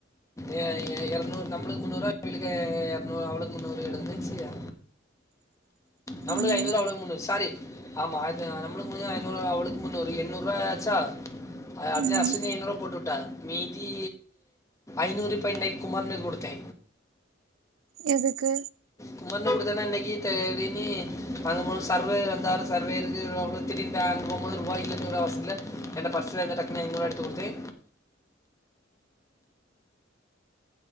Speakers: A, on the left; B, on the right.
A: ஏ ஏ எரநூறு நம்மளுக்கு முன்னூறுவா அவியலுக்கு எரநூறு அவளுக்கு முன்னூறு மொய் எழுதுனே செய்யா நம்மளுக்கு
B: ம்
A: ஐநூறு அவளுக்கு முன்னூறு சாரி ஆமா ஆயரத்தி அ நம்மளுக்கு முடிஞ்ச ஐநூருவா அவளுக்கு முஞ்ச ஒரு எண்ணூருவாயாச்சா அ அதுலே
B: ம்
A: அஸ்வினி ஐநூருவா போட்டு வுட்டா மீதி ஐநூறு பன்னைக் குமார் அண்ணனு குடுத்தே
B: எதுக்கு
A: குமார் ணே குடுத்தன்னா இன்னைக்கு தெதீனு வாங்கம்போது சர்வே வந்தாரு சர்வேருக்கு <unintelligible> திடீர்னு பேங்கு போம்போது ரூபாய் இல்லனு வர அவசரத்துல என்ட பர்சலந்த டக்குனு ஐநூருவா எடுத்து குடுத்தே